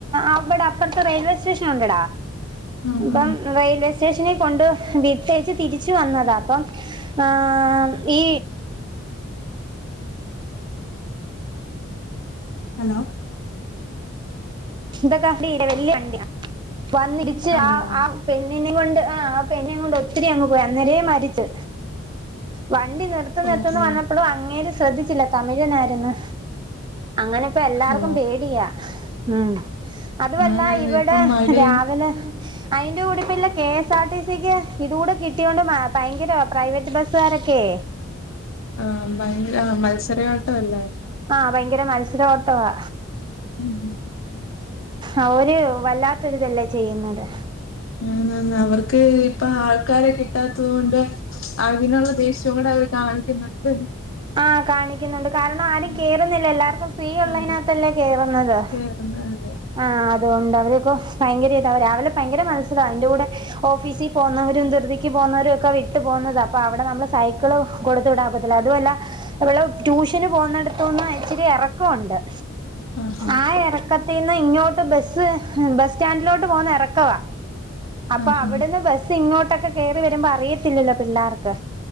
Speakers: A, on the right; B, on the left.
A: അവിടെ അപ്പറത്തെ റെയിൽവേ സ്റ്റേഷൻ ഉണ്ട്ടാ
B: ഉം
A: അപ്പം
B: ഉം
A: റെയിൽവേ സ്റ്റേ സ്റ്റേഷെനീ കൊണ്ട്പോയി വിട്ടേച്ച് തിരിച്ച് വന്നതാ അപ്പം ആ ഈ
B: ഹലോ
A: ഇതൊക്കെ ഫ്രീ ട വല്യ വണ്ടിയാ വന്നിരിച്ച്
B: അതെയോ
A: ആ ആ പെണ് പെണ്ണിനേം കൊണ്ട് ആ ആപ്പെണ്ണിനേം കൊണ്ട് ഒത്തിരി അങ്ങ് പോയി അന്നേരേ മരിച്ച് വണ്ടി നിർത്ത് നിർത്തെന്നു
B: ഓഹോ
A: പറഞ്ഞപ്പോഴും അങ്ങേര് ശ്രദ്ധിച്ചില്ല തമിഴനായിരുന്നു അങ്ങനെപ്പ എല്ലാർക്കും
B: ഓ
A: പേടിയാ ഉം അതുമല്ല
B: ആന്ന്
A: ഇവിടെ
B: ഇപ്പൊ മഴയും
A: രാവിലെ അയിന്റെ കൂടിപ്പില്ല കെ എസ് ആർടി സിക്ക് ഇത് കൂടെ കിട്ടിയൊണ്ട് ഭയങ്കരവാ പ്രൈവറ്റ് ബസ്സുകാരൊക്കെ
B: ആ ഭയ ആ മത്സരയോട്ടം അല്ലേ
A: ആഹ് ഭയങ്കര മത്സര ഓട്ടവാ
B: ഉം ഹ
A: ആ ഒരു വല്ലാത്തൊരിതല്ലേ ചെയ്യുന്നത്
B: ആന്നാന്ന് ആവർ- ക്ക് ഇപ്പ ആൾക്കാരെ കിട്ടാത്തത് കൊണ്ട് അതിനുള്ള ദേഷ്യവും കൂടെ അവര് കാണിക്കുന്നുണ്ട്
A: ആഹ് കാണിക്കുന്നുണ്ട് കാരണം ആരും
B: ഉം,
A: കേറുന്നില്ല എല്ലാവർക്കും സ്ത്രീ ഉള്ളതിനകത്തല്ലേ
B: അതെ
A: കേറുന്നത്
B: കേറുന്ന അതെ
A: ആ അതുകൊണ്ട് അവരൊക്കെ ഭയങ്കര ഇത അവര് അവരെ ഭയങ്കര മത്സരമാണ് അയിന്റെ കൂടെ ഓഫീസിൽ പോകവരും ധൃതിക്ക് പോകുന്നവരും ഒക്കെ വിട്ടു പോന്നതാഅപ്പ അവിടെ നമ്മൾ സൈക്കിള് കൊടുത്ത വിടാൻ പറ്റത്തില്ല അതുമല്ല- എവള് ട്യൂഷന് പോകുന്നിടത്തുന്ന് ഇച്ചിരി എറക്കം ഉണ്ട്-
B: ആഹാ
A: ആ എറക്ക ത്തീന്ന് ഇങ്ങോട്ട് ബസ് ബസ് സ്റ്റാൻഡിലോട്ട് പോകന്ന് ഇറക്കവാ- അപ്പൊ
B: ആഹാ
A: അവിടുന്ന് ബസ് ഇങ്ങോട്ട് ടൊക്കെ കേറി വരുമ്പോ അറിയത്തില്ലല്ലോ പിള്ളേർക്ക്